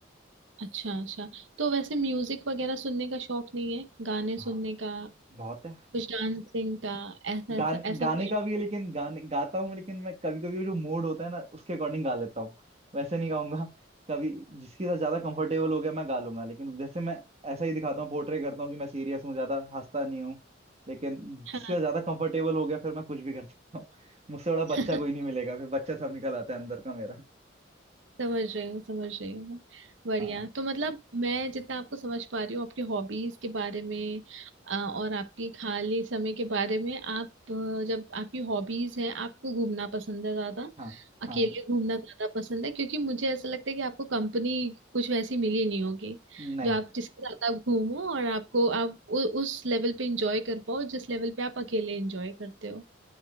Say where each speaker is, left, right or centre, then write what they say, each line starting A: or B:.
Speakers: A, on the right; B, on the right.
A: अच्छा अच्छा तो वैसे म्यूजिक वगैरह सुनने का शौक नहीं है गाने
B: हाँ
A: सुनने का
B: बहुत है
A: कुछ डांसिंग
B: उसके-
A: का ऐसा
B: गाने
A: ऐसा ऐसा
B: गाने
A: कुछ
B: का भी है लेकिन गाने गाता हूँ लेकिन मैं कभी कभी जो मूड होता है ना उसके अकॉर्डिंग गा लेता हूँ वैसे नहीं गाऊंगा कभी जिसके साथ ज्यादा कंफर्टेबल हो गया मैं गा लूंगा लेकिन वैसे मैं ऐसा ही दिखाता हूँ पोर्ट्रे करता हूँ कि मैं सीरियस हूँ ज्यादा हंसता नहीं हूँ लेकिन
A: हाँ
B: जिसके साथ ज्यादा कंफर्टेबल हो गया फिर मैं कुछ भी कर सकता हूँ मुझसे बड़ा
A: <laughs>
B: बच्चा कोई नहीं मिलेगा फिर बच्चा सब निकल आता है अंदर का मेरा
A: समझ रही हूँ समझ रही हूँ मैं बढ़िया
B: हाँ
A: तो मतलब मैं जितना आपको समझ पा रही हूँ आपके हॉबीज के बारे में अ, और आपकी खाली समय के बारे में आप अ, जब आपकी हॉबीज है आपको घूमना पसंद है ज्यादा
B: हाँ
A: अकेले
B: हाँ
A: घूमना ज्यादा पसंद है क्योंकि मुझे ऐसा लगता है कि आपको कंपनी कुछ वैसी मिली नहीं होगी
B: नहीं
A: जो आप जिसके साथ आप घूमो और आपको आप उ, उस लेवल पे इंजॉय कर पाओ जिस लेवल पे आप अकेले इंजॉय करते हो